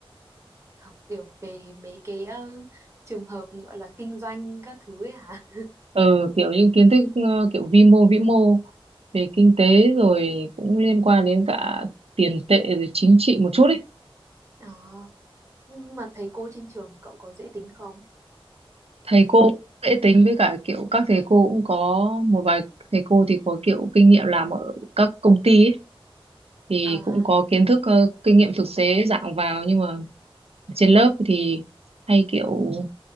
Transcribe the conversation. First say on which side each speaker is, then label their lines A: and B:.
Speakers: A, on the right; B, on the right.
A: học kiểu về mấy cái ờ, trường hợp gọi là kinh doanh các thứ ấy hả?
B: ừ kiểu như kiến thức ờ, kiểu vi mô vĩ mô về kinh tế
A: Ừ.
B: rồi cũng liên quan đến cả tiền tệ rồi chính trị một chút ấy
A: Ờ, nhưng mà thầy cô trên trường cậu có dễ tính không?
B: thầy cô cũng dễ tính với cả kiểu các thầy cô cũng có một vài thầy cô thì có kiểu kinh nghiệm làm ở các công ty ấy thì
A: À,
B: cũng có kiến thức ờ, kinh nghiệm thực tế dạng vào nhưng mà trên lớp thì hay kiểu